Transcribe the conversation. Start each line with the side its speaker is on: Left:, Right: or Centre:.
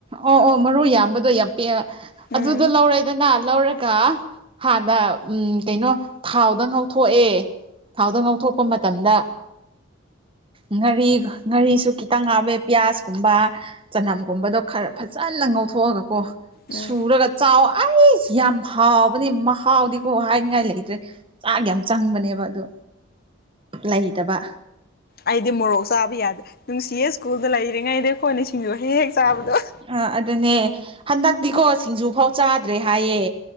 Right: ꯑꯣ ꯑꯣ ꯃꯔꯨ ꯌꯥꯝꯕꯗꯣ ꯌꯥꯝ ꯄꯦꯛꯕ
Left: ꯎꯝ
Right: ꯑꯗꯨꯗꯣ ꯂꯧꯔꯦꯗꯅ ꯂꯧꯔ ꯀ ꯍꯥꯟꯅ ꯎꯝ ꯀꯩꯅꯣ ꯊꯥꯎꯗ ꯉꯧꯊꯣꯛꯑꯦ ꯊꯥꯎꯗ ꯉꯥꯎꯊꯣꯛꯄ ꯃꯇꯝꯗ ꯉꯥꯔꯤ ꯉꯥꯔꯤꯁꯨ ꯈꯤꯇꯪ ꯉꯥꯕꯦ ꯄꯤꯌꯥꯁꯀꯨꯝꯕ ꯆꯅꯝꯒꯨꯝꯕꯗꯣ ꯈꯔ ꯐꯖꯅ ꯉꯧꯊꯣꯛꯑꯒꯀꯣ
Left: ꯎꯝ
Right: ꯁꯨꯔꯒ ꯆꯥꯎ ꯑꯩꯁ ꯌꯥꯝ ꯍꯥꯎꯕꯅꯦ ꯃꯍꯥꯎꯗꯤꯀꯣ ꯍꯥꯏꯅꯤꯡꯉꯥꯏ ꯂꯩꯇ꯭ꯔꯦ ꯆꯥꯛ ꯌꯥꯝ ꯆꯪꯕꯅꯦꯕ ꯑꯗꯨ ꯂꯩꯇꯕ
Left: ꯑꯩꯗꯤ ꯃꯣꯔꯣꯛ ꯆꯥꯕ ꯌꯥꯗꯦ ꯅꯨꯡꯁꯤꯌꯦ ꯁ꯭ꯀꯨꯜꯗ ꯂꯩꯔꯤꯉꯩꯗ ꯑꯩꯈꯣꯏꯅ ꯁꯤꯡꯖꯨ ꯍꯦꯛ ꯍꯦꯛ ꯆꯥꯕꯗꯣ
Right: ꯑꯥ ꯑꯗꯨꯅꯦ ꯍꯟꯗꯛꯇꯤꯀꯣ ꯁꯤꯡꯖꯨ ꯐꯥꯎ ꯆꯥꯗ꯭ꯔꯦ ꯍꯥꯏꯌꯦ